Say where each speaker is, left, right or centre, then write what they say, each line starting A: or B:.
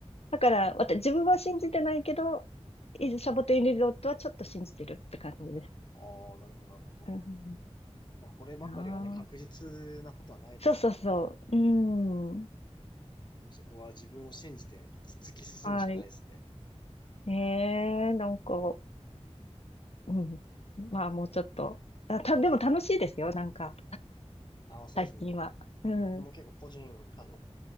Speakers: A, on the left; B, on the left.
A: だから、私、自分は信じてないけど、伊豆シャボテンリゾートはちょっと信じてるって感じです。
B: あ、なるほどなるほど。
A: うん
B: まあこればかりはね、
A: ああ。
B: 確実なことはないですから。
A: そうそうそう。う
B: うん。
A: ん。
B: もうそこは自分を信じて突き進むしかないですね。
A: はい。ええ、なんか、うん。まあ、もうちょっと。あ、た、でも楽しいですよ、なんか、
B: ああ、そうですね。
A: 最近は。
B: ぼ
A: うん。
B: 僕も結構個人、あの、